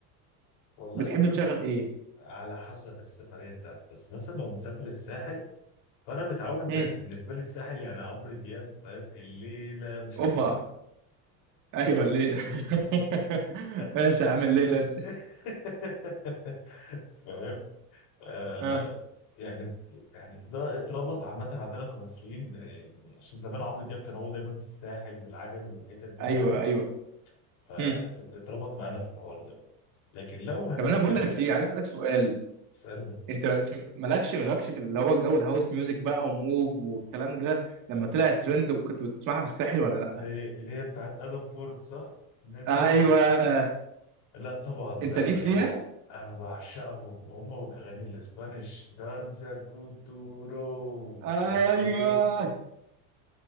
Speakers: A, on the left; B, on the right.
A: والله
B: بتحب
A: وأنا
B: تشغل
A: مس...
B: ايه
A: على حسب السفرية بتاعتي بس مثلا لو مسافر الساحل فأنا متعود
B: هم.
A: ده بالنسبة لي الساحل يعني عمرو دياب فاهم الليلة مش عارف
B: اوبا ايوه الليله <laughs>
A: <laughs>
B: ماشي يا عم الليله انت
A: <laughs> فاهم آه
B: ها
A: يعني يعني ده اتربط عامة عندنا كمصريين آه، يعني عشان زمان عمرو دياب كان هو دايما في الساحل والعجمي والحتت دي
B: ايوه
A: فاهم
B: ايوه
A: فاتربط
B: هم.
A: معانا في الحوار ده لكن لو هنتكلم
B: طب انا بقول لك ايه عايز اسالك سؤال
A: اسألني
B: انت بس- مالكش مالكش في اللي هو جو الهاوس ميوزك بقى وموف والكلام ده لما طلع ترند وكنت بتسمعها في الساحل ولا لا
A: اللي اللي هي بتاعت ادم بورت صح الناس
B: ايوه
A: دي لا طبعا ده
B: انت
A: ال-
B: ليك
A: ال-
B: فيها
A: انا بعشقهم هم والاغاني الاسبانيش دانزا كودورو
B: ايوه
A: مش عارف ايه